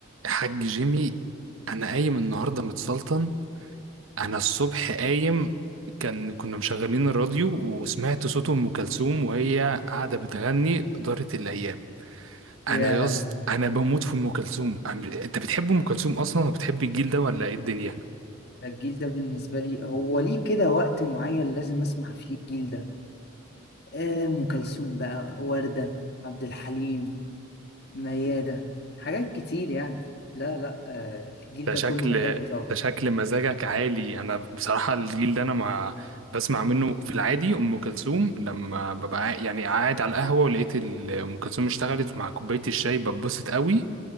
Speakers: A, on the right; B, on the left.
A: حاج جيمي انا قايم النهارده متسلطن انا الصبح قايم كان كنا مشغلين الراديو وسمعت صوت ام كلثوم وهي قاعده بتغني دارت الايام
B: يا
A: انا يا اسطى انا بموت في ام كلثوم أنا- انت بتحب ام كلثوم اصلا وبتحب الجيل ده ولا ايه الدنيا
B: ده الجيل ده بالنسبة لي هو ليه كده وقت معين لازم أسمع فيه الجيل ده آه، أم كلثوم بقى وردة عبد الحليم ميادة حاجات كتير يعني لا لا آه، الجيل
A: ده
B: ده
A: شكل
B: كله بحبه طبعا
A: ده شكل مزاجك عالي انا بصراحه الجيل ده انا ما بسمع منه في العادي ام كلثوم لما ببقى قاعد- يعني قاعد على القهوه ولقيت ال- ام كلثوم اشتغلت مع كوبايه الشاي ببسط قوي